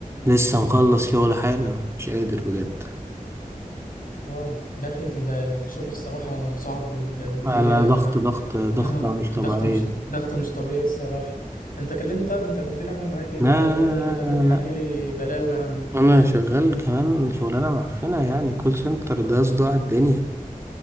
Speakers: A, on the right; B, on the left.
A: لسه مخلص شغل حالا مش قادر بجد
B: اه لا اخي ال- الشغل الصراحة صعب وال- والدنيا
A: على شغال ضغط ضغط ضغط
B: <laughs> اه
A: مش طبيعية
B: ضغط مش ضغط مش طبيعي الصراحة انت كلمني طيب انت المدير عامل معاك ايه
A: لا
B: انت المرة
A: لا لا
B: اللي فاتت حكي
A: لا
B: لي بلاوي عنه
A: لا. أنا شغال كمان شغلانة معفنة يعني كول سنتر ده صداع الدنيا